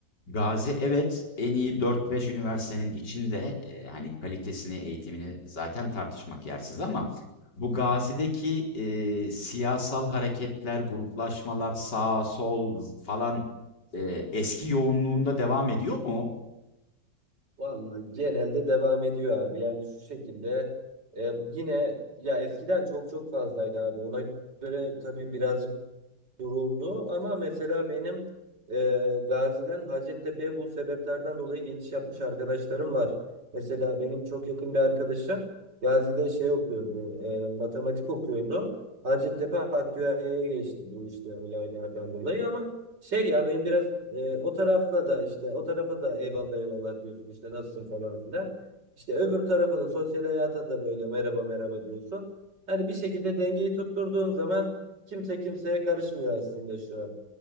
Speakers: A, on the left; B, on the right.
A: Gazi evet en iyi dört beş üniversitenin içinde eee, hani kalitesini, eğitimini zaten tartışmak yersiz ama bu Gazi'deki eee, siyasal hareketler, gruplaşmalar, sağ, sol falan e, eski yoğunluğunda devam ediyor mu?
B: Vallahi genelde devam ediyor abi. Yani şu şekilde e, yine ya eskiden çok çok fazlaydı abi. Ona göre tabii birazcık duruldu ama mesela benim e, Gazi'den Hacettepe'ye bu sebeplerden dolayı geçiş yapmış arkadaşlarım var. Mesela benim çok yakın bir arkadaşım Gazi'de şey okuyordu, e, matematik okuyordu. Hacettepe Aktüerya'ya geçti bu işte olaylardan dolayı ama şey ya benim biraz e, o tarafla da işte o tarafa da eyvallah eyvallah diyorsun işte nasılsın falan filan. İşte öbür tarafa da sosyal hayata da böyle merhaba merhaba diyorsun. Hani bir şekilde dengeyi tutturduğun zaman Kimse kimseye karışmıyor aslında şu an.